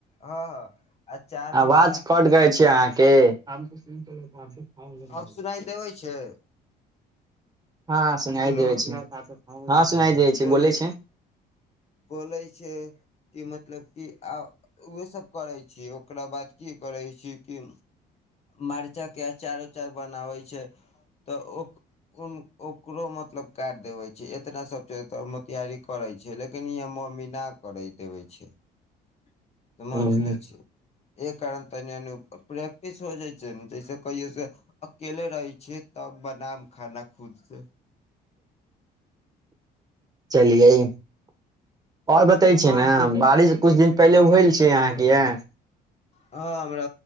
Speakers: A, on the left; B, on the right.
A: हँ हँ अचार
B: आवाज
A: ला
B: कट गय छी अहाँके त क त सलड
A: अब सुनाइ देबै छै
B: हँ सुनाइ
A: हेलो
B: देब छै हँ सुनाइ देै छे
A: बोल
B: बोलै छै
A: बोलै छै कि मतलब कि आ ओह सब करै छी ओकरा बाद की करै छी कि मर्चा के अचार उचार बनाबै छै तऽ ओ ओकरो मतलब काट देवै छैई एतना सब एतऽ में तैयारी करै छै लेकिन इंहा मम्मी ना करै देबै छैई समझले
B: ह
A: छैई एहि कारण तनि मनि प्रैक्टिस हो जाइ छै ने जैसे कहियोसँ अकेले रहै छियै तब बनाब खाना खुदसँ
B: चलिअई आओर बत बतै छै ने बारिश किछु दिन पहिले होयल छै अहाँके यंहा
A: हँ हमरा